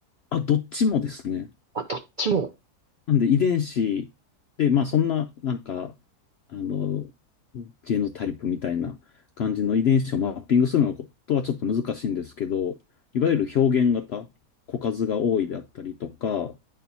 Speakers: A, on the left; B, on the right.
A: あ、どっちもですね。
B: かあ、どっちも、
A: なんで遺伝子で、まあそんな、なんか、あの、ジェノタイプみたいな感じの遺伝子をマッピングするのことはちょっと難しいんですけど、いわゆる表現型、個数が多いであったりとか、